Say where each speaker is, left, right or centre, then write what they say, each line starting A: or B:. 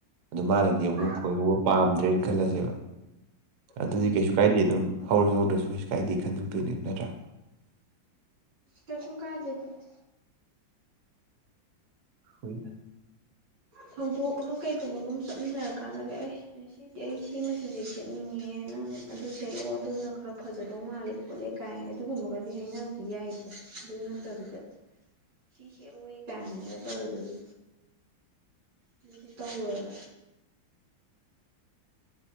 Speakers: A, on the right; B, on the right.
A: ꯑꯗꯨ ꯃꯥꯅꯗꯤ
B: ꯎꯝ
A: ꯑꯃꯨꯛ ꯀꯣꯏꯍꯧꯕ ꯄꯥꯝꯗ꯭ꯔꯦꯅ ꯈꯜꯂꯁꯦꯕ ꯑꯗꯨꯗꯤ
B: ꯎꯝ
A: ꯀꯩꯁꯨ ꯀꯥꯏꯗꯦ ꯑꯗꯨꯝ ꯍꯧꯔꯁꯨ ꯍꯧꯗ꯭ꯔꯁꯨ ꯀꯩꯁꯨ ꯀꯥꯏꯦ ꯈꯟꯗꯣꯛꯇꯣꯏꯅꯦꯕ ꯅꯠꯇ꯭ꯔꯥ
B: ꯇꯁꯨꯝ ꯀꯥꯏ <inaudible>
A: ꯍꯣꯏꯗ
B: ꯊꯧꯗꯣꯛ ꯑꯃ ꯀꯩꯒꯨꯝꯕꯒꯨꯝ ꯆꯠꯃꯤꯟꯅꯔ ꯀꯥꯟꯗꯒ ꯑꯩ ꯁꯤꯖ‌ꯦ ꯑꯩ ꯁꯤ ꯃꯆꯨꯖ‌ꯦ ꯁꯦꯠꯅꯤꯡꯉꯤꯍ‌ꯦ ꯅꯪ ꯑꯗꯨ ꯁꯦꯠꯂꯣ ꯑꯗꯨꯅ ꯈꯔ ꯐꯖꯗꯧ ꯃꯥꯜꯂꯤꯀꯣ ꯄꯣꯠꯂꯦ ꯀꯥꯏ ꯑꯗꯨꯒꯨꯝꯕꯒꯗꯤ ꯍꯥꯏꯅꯕꯗꯤ ꯌꯥꯏꯀ‌ꯣ ꯑꯗꯨ ꯅꯠꯇꯕꯤꯗ
A: <unintelligible>
B: ꯁꯤ ꯁꯦꯠꯂ‌ꯣ <inaudible> ꯀꯥꯏꯅꯒ ꯇꯧꯕꯗꯨꯗꯤ ꯑꯗꯨꯗꯤ ꯇꯧꯔ‌ꯣꯏꯕ